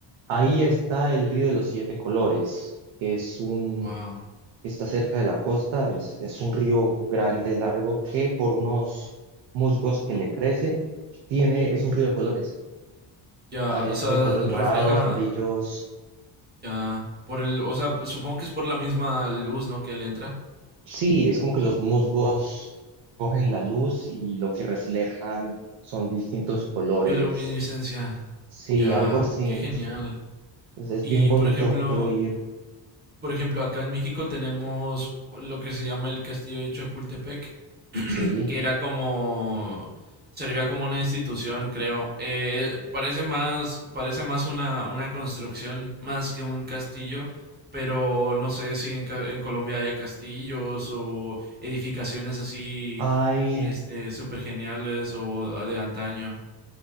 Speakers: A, on the right; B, on the right.
A: ahí está el Río de los Siete Colores, que es un,
B: Wow.
A: está cerca de la costa, es, es un río grande, largo, que por unos musgos que le crecen, tiene, es un río de colores.
B: Ya,
A: Hay,
B: o sea,
A: hay colores morados,
B: refleja
A: amarillos,
B: ya por el, o sea, supongo que es por la misma luz, ¿no? Que le entra.
A: Sí, es como que los musgos cogen la luz y lo que reflejan son distintos colores.
B: Bioluminiscencia.
A: Sí,
B: Ya,
A: algo así.
B: qué genial.
A: Pues es
B: Y
A: bien bonito,
B: por ejemplo,
A: quiero ir.
B: Por ejemplo, acá en México tenemos lo que se llama el Castillo de Chapultepec, <clears throat>
A: Sí.
B: que era como... Servía como una institución, creo. Eh, parece más, parece más una, una construcción más que un castillo, pero no sé si en, ca- en Colombia haya castillos o edificaciones así,
A: Hay,
B: este, súper geniales o de antaño.